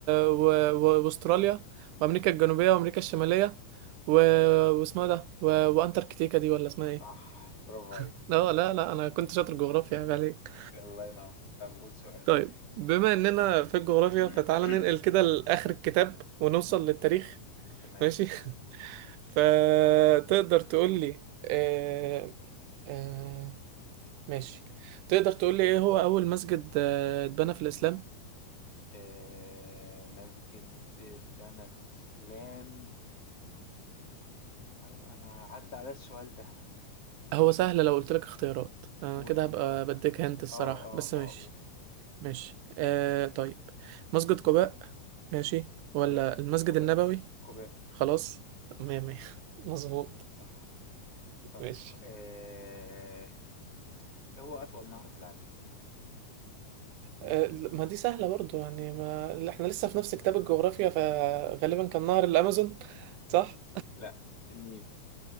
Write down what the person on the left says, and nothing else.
صح
برافو عليك
الله ينور طب قول سؤالك
<coughs>
مم،
تمام
آه، مسجد اتبنى في الإسلام أيوة أنا عدى على السؤال ده
قول
اختيارات
اه اه
اه
قول
قباء
قباء
قباء
صح طيب
آه... ايه هو أطول نهر في العالم؟
لا النيل